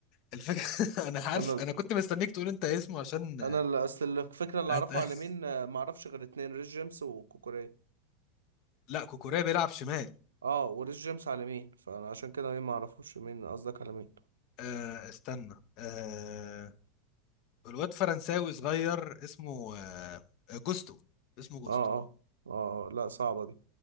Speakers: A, on the left; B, on the right.
A: الفكرة <laughs> انا عارف
B: أنا
A: انا كنت مستنيك تقول انت اسمه عشان
B: أنا اللي أصل الفكرة اللي
A: هت...
B: أعرفه
A: <laughs>
B: على مين آه، معرفش غير اتنين ريس جيمس وكوكوريا
A: لا كوكوريا بيلعب شمال
B: اه وريس جيمس على مين فانا عشان كده مين ما اعرفوش مين قصدك على مين
A: آه استنى آه الواد فرنساوي صغير اسمه آه جوستو اسمه جوستو
B: اه اه اه آه، لا صعبة دي